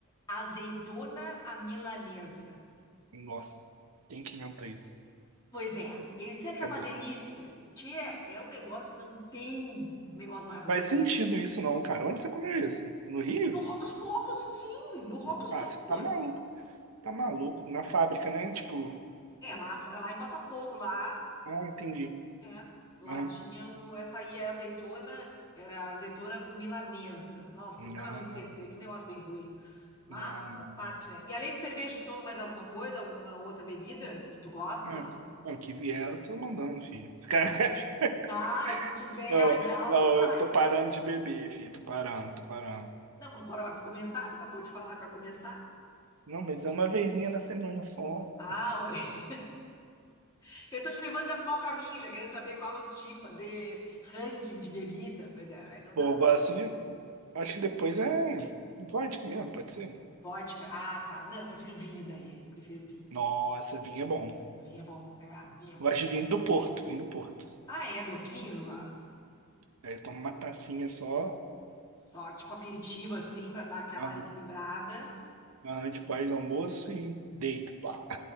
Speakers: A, on the left; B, on the right.
A: Azeitona à milanesa.
B: Nossa, quem que inventou isso?
A: Pois é, eles disseram que
B: Cabeça.
A: é uma delícia. Tchê, é um negócio que não tem negócio mais ruim.
B: Faz sentido isso não, cara. Onde você comeu isso? No Rio?
A: No Rocos Pocos, sim, no Rocos
B: Ah,
A: Pocos.
B: você tá maluco. Tá maluco. Na fábrica, né? Tipo,
A: É, lá, é lá em Botafogo, lá,
B: ah, entendi.
A: é, lá
B: Aham.
A: tinha o- essa aí, é azeitona, era azeitona milanesa. Nossa,
B: Não,
A: nunca mais vou esquecer,
B: não,
A: que negócio bem ruim. Mas
B: não,
A: faz
B: não. Não,
A: parte, né? E além de cerveja, tu toma mais alguma coisa, alguma outra bebida que tu gosta?
B: Hum, não, o que vieram, eu tô mandando, filho. Esse <laughs>
A: Ah, o que tiver
B: Não,
A: de álcool,
B: não,
A: vai.
B: eu tô parando de beber, filho. Tô parando, tô parando.
A: Não, agora vai começar, tu acabou de falar que vai começar.
B: Não, mas é uma vezinha na semana só.
A: Ah, <laughs> eu tô te levando já pro mau caminho, já querendo saber qual os tipos, fazer ranking de bebida. Pois é, aí não
B: Pô,
A: dá.
B: eu gosto de... Acho que depois é vodka mesmo, pode ser?
A: Vodka, ah, tá. Não, eu prefiro vinho daí, prefiro vinho.
B: Nossa, vinho é bom.
A: Vinho é bom, é, vinho é bom.
B: Gosto de vinho do Porto, vinho do Porto.
A: Ah, é, docinho eu gosto.
B: Aí toma uma tacinha só,
A: Só tipo aperitivo assim, pra dar aquela
B: aham,
A: equilibrada.
B: aham, de pós-almoço e deito, pá.